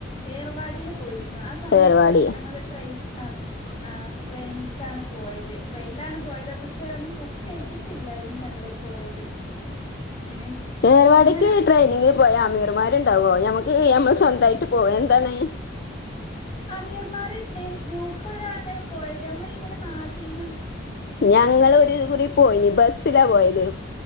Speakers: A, on the left; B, on the left.
A: ഏർവാടിൽ പോയി രുന്നു ആ സമയത്ത്
B: ഏർവാടി
A: ഞങ്ങൾ ട്രെയിൻ ആ ആ ട്രെയിനക്കാണ് പോയത് ട്രെയിനിലാണ് പോയത് പക്ഷെ അന്നും ബുക്ക് ചെയ്തിട്ടില്ലായിരുന്നു ഞങ്ങള് പോയത് ഏ
B: ഏർവാടക്കായി
A: പിന്നെ
B: ട്രെനി പോയ അമീർമാരുണ്ടാവോ ഞമ്മക്ക് നമ്മൾ സ്വന്തമായിട്ട് പോവാ എന്താണ്
A: അമീർമാരുണ്ട് ഗ്രൂപ്പഴാണ് പോയത് നമ്മള ഇങ്ങനെ നാട്ടിൽന്ന്
B: ഞങ്ങളു ഒരു കുറി പോയിന് ബസ്സിലാ പോയത്